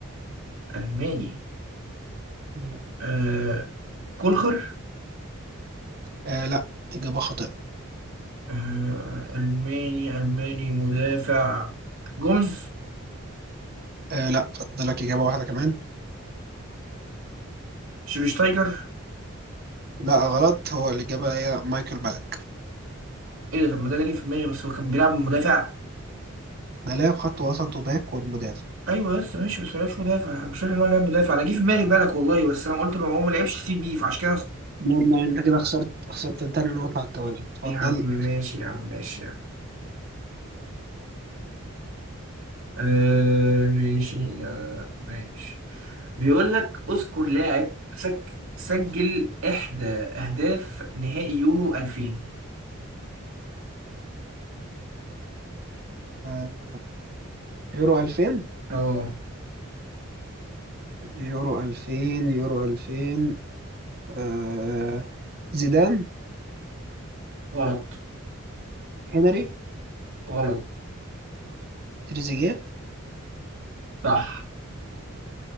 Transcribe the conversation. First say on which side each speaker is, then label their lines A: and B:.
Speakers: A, on the right; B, on the right.
A: ألماني
B: مم.
A: آه كولخر
B: آه لا إجابة خاطئة
A: آه ألماني ألماني مدافع جوميز
B: آه لا فاضل لك إجابة واحدة كمان
A: شفيشتايجر
B: لا غلط هو الإجابة هي مايكل بالك
A: ايه ده طب ما ده اللي جه في دماغي بس هو كان بيلعب مدافع
B: ده لاعب خط وسط وباك والمدافع
A: ايوه يس ماشي بس ما لعبش مدافع مش فاكر ان هو لعب مدافع انا جه في دماغي بالك والله بس انا قلت ما هو ما لعبش سي بي فعشان كده
B: المهم يعني أنت كده خسرت خسرت تاني نقطة على التوالي اتفضل
A: يا عم ماشي يا عم ماشي يا عم آه ماشي يا ماشي بيقول لك اذكر لاعب سك سجل احدى اهداف نهائي يورو 2000
B: آه يورو 2000
A: اه
B: يورو 2000 يورو 2000 آه زيدان
A: غلط
B: هنري
A: غلط
B: تريزيجيه
A: صح